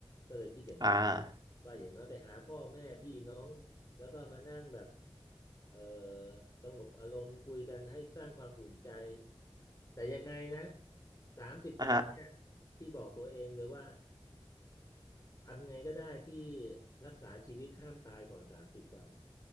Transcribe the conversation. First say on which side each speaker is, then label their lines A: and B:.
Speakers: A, on the left; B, on the right.
A: ก็เลยคิดอย่างนี้
B: อ่า
A: ว่าอย่างน้อยไปหาพ่อแม่พี่น้อง แล้วก็มานั่งแบบเอ่อสงบอารมณ์คุยกันให้สร้างความอุ่นใจแต่ยังไงนะสามสิบวันเนี่ย
B: อ่ะฮะ
A: ที่บอกตัวเองเลยว่าทำยังไงก็ได้ที่รักษาชีวิตห้ามตายก่อนสามสิบวัน